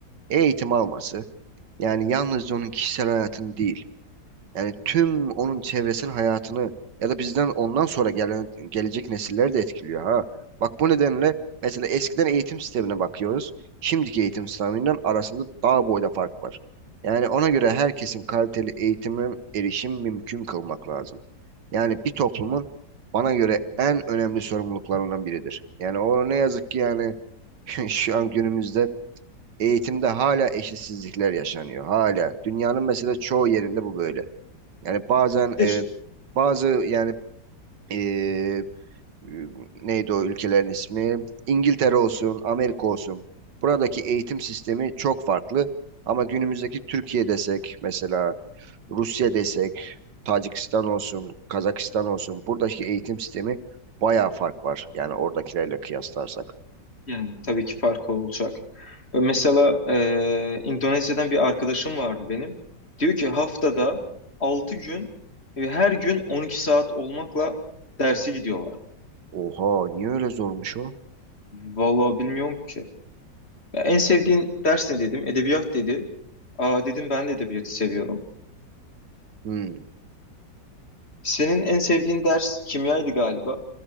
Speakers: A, on the right; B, on the left.
A: eğitim alması yani yalnızca onun kişisel hayatını değil. Yani tüm onun çevresinin hayatını ya da bizden ondan sonra gelen gelecek nesilleri de etkiliyor ha. Bak bu nedenle mesela eskiden eğitim sistemine bakıyoruz. Şimdiki eğitim sisteminden arasında dağ boyda fark var. Yani ona göre herkesin kaliteli eğitime erişim mümkün kılmak lazım. Yani bir toplumun bana göre en önemli sorumluluklarından biridir. Yani o ne yazık ki yani <laughs> şu an günümüzde eğitimde hala eşitsizlikler yaşanıyor. Hala. Dünyanın mesela çoğu yerinde bu böyle. Yani bazen
B: bir de
A: e,
B: ş-
A: bazı yani e, e, neydi o ülkelerin ismi? İngiltere olsun, Amerika olsun. Buradaki eğitim sistemi çok farklı. Ama günümüzdeki Türkiye desek mesela Rusya desek, Tacikistan olsun, Kazakistan olsun. Buradaki eğitim sistemi bayağı fark var. Yani oradakilerle kıyaslarsak.
B: yani tabii ki fark olacak. E, Mesela e, İndonezya'dan bir arkadaşım vardı benim. Diyor ki haftada 6 gün ve her gün 12 saat olmakla dersi gidiyorlar.
A: Oha niye öyle zormuş o?
B: Vallahi bilmiyorum ki. Ya en sevdiğin ders ne dedim? Edebiyat dedi. Aa, dedim ben de edebiyatı seviyorum.
A: Hmm.
B: Senin en sevdiğin ders kimyaydı galiba.